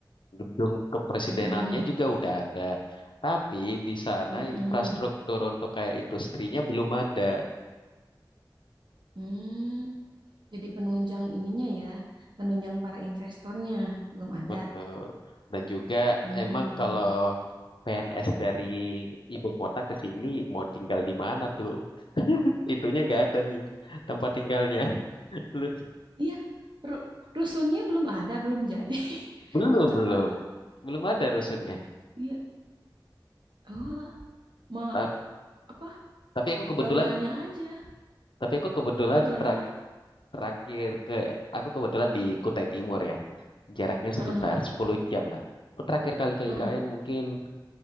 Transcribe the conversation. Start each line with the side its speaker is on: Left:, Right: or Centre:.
Left: Gedung kepresidenannya
Right: heeh,
Left: juga udah ada. Tapi di sana
Right: heeh,
Left: infrastruktur untuk kayak industrinya belum ada.
Right: hmm. Jadi penunjang ininya ya, penunjang para investornya belum ada.
Left: Betul. Dan juga
Right: Hmm.
Left: emang kalau PNS dari ibu kota ke sini mau tinggal di mana tuh? Itunya nggak ada nih tempat tinggalnya. <laughs> Lu-
Right: Iya, ru- rusunnya belum ada, belum jadi. <laughs>
Left: Belum,
Right: Kocak
Left: belum.
Right: banget.
Left: Belum ada rusunnya.
Right: Iya. Oh, ma
Left: Ta-
Right: apa
Left: Tapi aku kebetulan,
Right: gayanya aja.
Left: tapi aku kebetulan
Right: Kebetulan
Left: tra-
Right: apa?
Left: Terakhir ke aku kebetulan di Kutai Timur ya. Jaraknya
Right: Heeh,
Left: sekitar 10 jam lah. Aku terakhir kali ke
Right: heeh,
Left: IKN mungkin